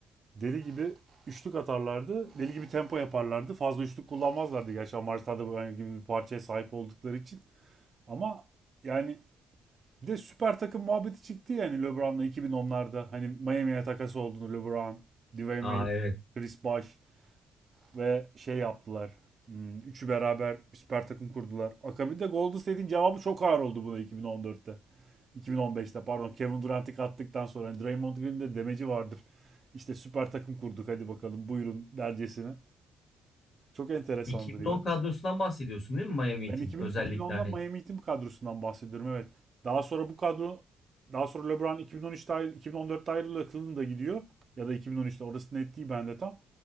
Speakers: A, on the right (about 45°); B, on the left (about 55°).
A: deli gibi üçlük atarlardı. Deli gibi tempo yaparlardı. Fazla üçlük kullanmazlardı gerçi Amari Stoudemire gibi bir parçaya sahip oldukları için. Ama yani bir de süper takım muhabbeti çıktı yani LeBron'la 2010'larda. Hani Miami'ye takası olduğunu LeBron, Dwayne
B: Aa
A: Wade,
B: evet.
A: Chris Bosh. ve şey yaptılar. Hmm, Üçü beraber bir süper takım kurdular. Akabinde Golden State'in cevabı çok ağır oldu buna iki iki bin bin on dörtte iki bin on beşte pardon Kevin Durant'i kattıktan sonra hani Draymond Green'in de demeci vardır. İşte süper takım kurduk hadi bakalım buyurun dercesine. Çok enteresandır
B: 2010
A: ya.
B: kadrosundan bahsediyorsun değil mi Miami
A: Ben
B: Heat'in
A: 2000,
B: özellikle
A: 2010'dan
B: hani
A: Miami Heat'in kadrosundan bahsediyorum evet. Daha sonra bu kadro daha sonra LeBron 2013'te ayrı- 2014'te ayrılıyor. Cleveland'a gidiyor. Ya da 2013'te orası net değil bende tam.